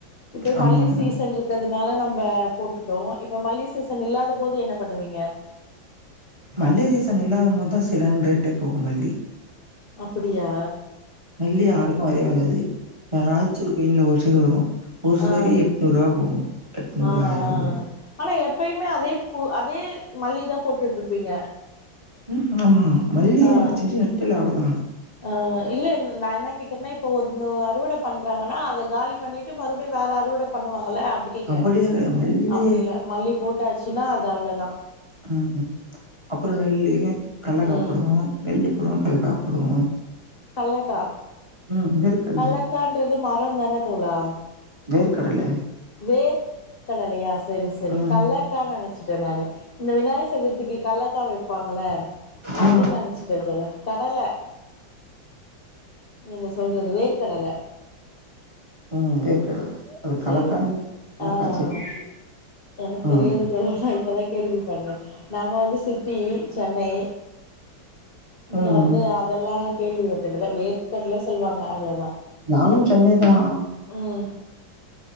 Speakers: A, on the left; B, on the right.
A: இப்போ மல்லி
B: ஆமா ஆமா
A: சீஸன் இருக்கிறதுனால நம்ம போட்டுட்டோ இப்ப மல்லி சீசன் இல்லாத போது என்ன பண்ணுவீங்க
B: மல்லி சீஸன் இல்லாத போதா சரியான ரேட்டே போகும் மல்லி
A: அப்புடியா
B: மல்லி யாருக்கும் வரவே வராது யாராச்சு கின்ல ஒரு சேர் வரு ஒரு சுவரி
A: ஆ
B: எட்நூறு ரூபா போவு எட்நூறு
A: ஆ ஆ
B: ஆயிரூபா போவு
A: ஆனா எப்பயும் பூ அதே மல்லிதா போட்டுட்டு ருப்பீங்க
B: ம் ஆமா மல்லிய
A: ஆ
B: வச்சுட்டு நெட்டால அவ்ளதா
A: ஆ இல்ல ந நா என்னா கேக்குறேன்னா இப்ப ஒன்னு அறுவட பண்றாங்கன்னா அத காலி பண்ணிட்டு மறுபடியு வேற அறுவட பண்ணுவாங்கல்ல அப்டி கேக்குறே
B: அப்படிலா கெடையாது மல்லி
A: அப்புடி இல்ல மல்லி போட்டாச்சுன்னா அது அவ்ளதா
B: ம் ம் அப்பறோ நெல்லு கனகா
A: ம்
B: போடுவோ நெல்லு போடுவோ கல்லக்கா போடுவோ
A: கல்லக்கா
B: ம் வேர்க்கல்ல
A: கல்லக்கான்றது மரம் தான தோழா
B: வேர்க்கடல
A: வேர்க்கடலையா சரி சரி
B: ம்
A: கல்லக்கா நெனச்ச ட்ட நானு இந்த விநாயக சதுர்த்திக்கு கல்லக்கா வைப்பாங்கள
B: ஆ
A: அது நெனச்சுட்ட தோழா கடல நீங்க சொல்றது வேர்க்கடல
B: ம் வேர்க்கடல அது
A: சேரி
B: கல்லக்கா கல்லக்கா
A: ஆ ஆ
B: செடி
A: எனக்
B: ம்
A: தெரியாது தோழா நா இப்பதா கேள்வி பட்ற நாங்க வந்து சிட்டி சென்னை இங்க
B: ம்
A: வந்து அதெல்லா கேள்வி பட்டதில்ல வேர்க்கடல சொல்லுவாங்க அவ்ளோ தா
B: ம் சென்னைதா
A: ம்